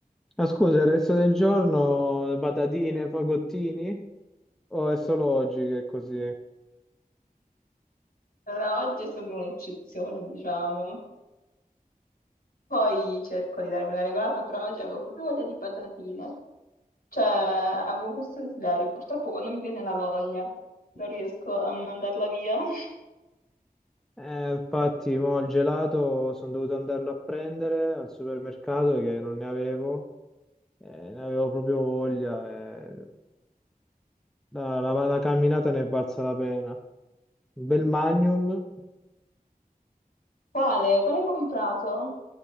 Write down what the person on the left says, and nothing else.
Allora, oggi è stata un'eccezione, diciamo. Poi cerco di darmi una regolata, però oggi avevo proprio voglia di patatine. Cioè, avevo questo desiderio. Purtroppo quando mi viene la voglia non riesco a mandarla via. <laughs>
Quale? Quale hai comprato?